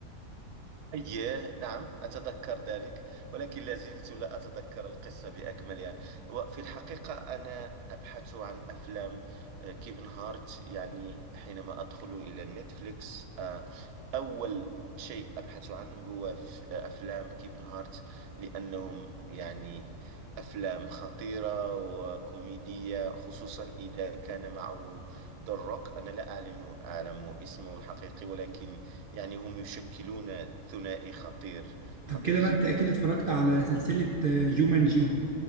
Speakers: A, on the right; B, on the right.
A: أيه نعم أتذكر ذلك ولكن لا زلت لا أتذكر القصة بأكملها وفي الحقيقة أنا أبحث عن أفلام آه، كيف انهارت يعني حينما أدخل إلى نتفليكس آه، أول شيء أبحث عنه هو ف- أفلام كيفن هارت لأنهم يعني أفلام خطيرة وكوميدية خصوصا إذا كان معه ذا روك أنا لا أعلم أعلم اسمه الحقيقي ولكن يعني هم يشكلون ثنائي خطير خطير
B: طب كده
A: جدا
B: بقى انت اكيد اتفرجت على سلسلة آه، جومانجي